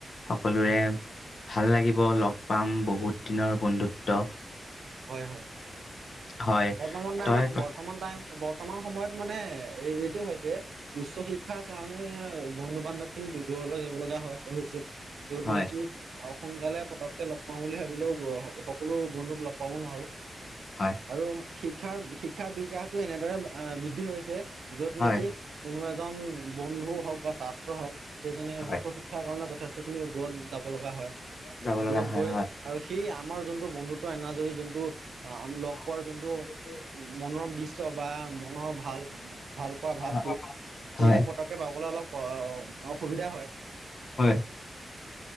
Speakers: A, on the left; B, on the right.
A: সকলোৱে
B: হয়
A: ভাল লাগিব লগ পাম বহুত দিনৰ বন্ধুত্ব।
B: হয় হয়
A: হয়
B: বৰ্তমান টাইমত
A: তই ক-
B: বৰ্তমান টাইম বৰ্তমান সময়ত মানে, এই এইটো হৈছে উচ্চ শিক্ষাৰ কাৰণে বন্ধু বান্ধৱ খিনি দূ, দূৰলৈ যাব লগা হয়, হৈছে। যত
A: হয়
B: নেকি অ সোনকালে পতককে লগ পাও বুলি ভাবিলেও সকলো বন্ধুক লগ প পাব ন আৰু
A: হয়
B: আৰু শিক্ষাৰ, শিক্ষাৰ বিকাশতটো এনেদৰে আ বৃদ্ধি হৈছে য'ত
A: হয়
B: নেকি
A: হয়
B: কোনোবা এজন বন্ধু হওঁক বা ছাত্ৰ হওঁক সেইজনে
A: হয়
B: উচ্চ শিক্ষাৰ কাৰণে যথেষ্ট খিনি দূৰত যাব লগা হয়।
A: যাব লগা
B: দূৰত
A: হয়
B: গৈ আৰু সেই আমাৰ জোনটো বন্ধুত্ব এনাজৰী জোনটো অ' আমি
A: হয়
B: লগ পোৱাৰ যোনটো মনম দিশ্য বা মনৰ ভাল ভাল পোৱা ভাৱটো
A: হয়।
B: সেইটো
A: হয়,
B: পতকাককে পাবলৈ অলপ অসুবিধা হয়।
A: হয়